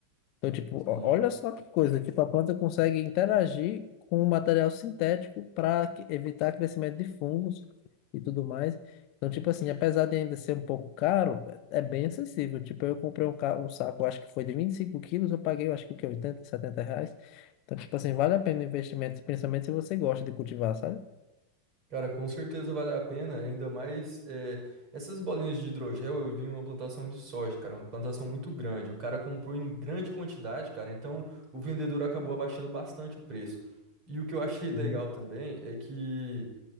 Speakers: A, on the left; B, on the right.
A: Então, tipo,
B: Sim.
A: ó- olha só que coisa, tipo, a planta consegue interagir com o material sintético para evitar crescimento de fungos e tudo mais. Então, tipo assim, apesar de ainda ser um pouco caro, é é bem acessível. Tipo, eu comprei um, ca- um saco, acho que foi de 25 quilos, eu paguei, eu acho que o quê? 80, 70 reais. Então, tipo assim, vale a pena o investimento, principalmente se você gosta de cultivar, sabe?
B: Cara, com certeza vale a pena, ainda mais eh, essas bolinhas de hidrogel. Eu vi uma plantação de soja, cara, uma plantação muito grande. O cara comprou em grande quantidade, cara, então o vendedor acabou abaixando bastante o preço. E o que eu achei <laughs> legal
A: Uhum.
B: também é que,